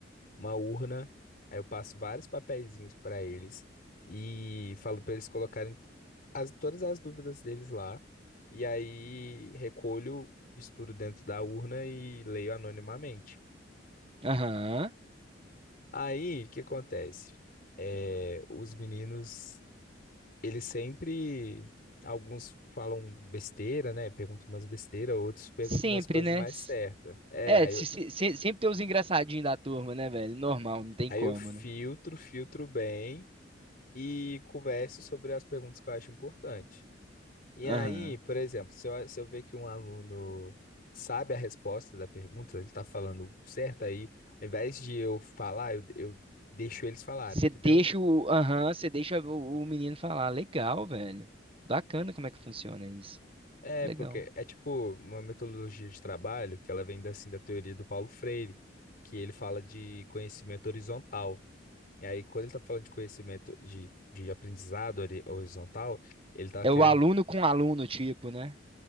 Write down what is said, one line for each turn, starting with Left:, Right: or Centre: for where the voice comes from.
Left: uma urna, aí eu passo vários papeizinhos para eles e falo para eles colocarem as, todas as dúvidas deles lá. E aí recolho, misturo dentro da urna e leio anonimamente.
Right: Aham.
Left: Aí, o que acontece? É, os meninos ele sempre. Alguns falam besteira, né? Perguntam umas besteiras, outros perguntam
Right: Sempre,
Left: umas coisas
Right: né?
Left: mais certas. É,
Right: É,
Left: aí,
Right: se-
Left: eu-
Right: se- se- sempre tem os engraçadinhos da turma, né, velho? Normal, não tem
Left: aí
Right: como,
Left: eu filtro,
Right: né?
Left: filtro bem e converso sobre as perguntas que eu acho importante. E
Right: Aham.
Left: aí, por exemplo, se eu, se eu ver que um aluno sabe a resposta da pergunta, ele tá falando certo, aí, ao invés de eu falar, eu, eu deixo eles falarem,
Right: Você
Left: entendeu?
Right: deixa o, aham, você deixa o, o menino falar. Legal, velho. Bacana como é que funciona isso.
Left: É,
Right: Legal.
Left: porque é tipo uma metodologia de trabalho que ela vem da- assim da teoria do Paulo Freire, que ele fala de conhecimento horizontal. E aí, quando ele tá falando de conhecimento de, de aprendizado hori- horizontal, ele tá
Right: É
Left: querendo.
Right: o aluno com aluno, tipo, né?